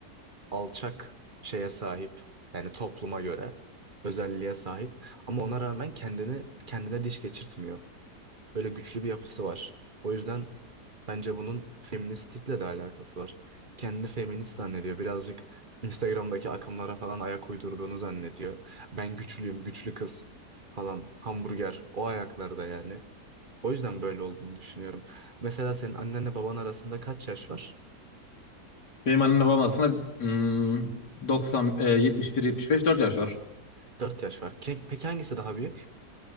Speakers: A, on the right (about 30°); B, on the left (about 85°).
A: alçak şeye sahip yani topluma göre özelliğe sahip ama ona rağmen kendini kendine diş geçirtmiyor. Böyle güçlü bir yapısı var. O yüzden bence bunun feministlikle de alakası var. Kendini feminist zannediyor. Birazcık Instagram'daki akımlara falan ayak uydurduğunu zannediyor. Ben güçlüyüm, güçlü kız falan, hamburger o ayaklarda yani. O yüzden böyle olduğunu düşünüyorum. Mesela senin annenle baban arasında kaç yaş var?
B: Benim annemle babam arasında hmm, 90, e, 71, 75, 4 yaş var.
A: Dört yaş var. Ke- Peki hangisi daha büyük?